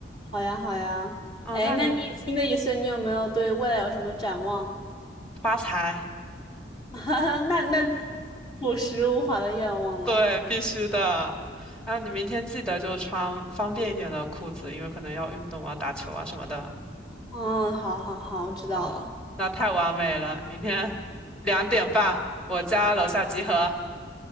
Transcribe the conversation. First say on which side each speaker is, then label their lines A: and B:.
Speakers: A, on the left; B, in the centre.
A: 好呀，好呀。
B: 嗯，
A: 哎，
B: 那你
A: 那你新的一岁，你有没有对未来有什么展望？
B: 发财，
A: <laughs> 那那朴实无华的愿望了。
B: 对，必须的。然后你明天记得就穿方便一点的裤子，因为可能要运动啊、打球啊什么的。
A: 嗯，好好好，我知道了。
B: 好，那太完美了。明天两点半，我家楼下集合。